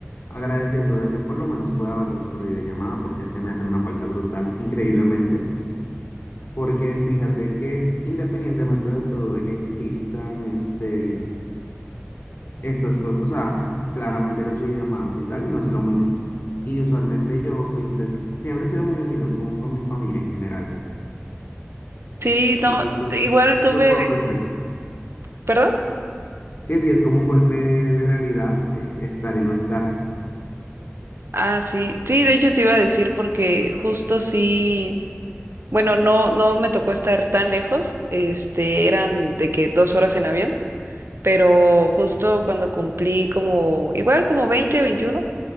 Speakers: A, on the left; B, on the right.
A: agradeciendo de que por lo menos pueda verlos por videollamada porque es que me hace una falta brutal, increíblemente. Porque fíjate que independientemente de todo, de que existan este, estas cosas, o sea, claramente las videollamadas y tal no es lo mismo. Y usualmente yo siempre, siempre he sido muy unido con, con mi familia en general.
B: Sí, no,
A: No sé si
B: igual tuve,
A: es un golpe.
B: ¿perdón?
A: Que si es como un golpe de realidad, eh, estar y no estar.
B: Ah, sí, sí, de hecho te iba a decir porque justo sí, bueno, no, no me tocó estar tan lejos, este, eran de que dos horas en avión, pero justo cuando cumplí como, igual como 20, 21.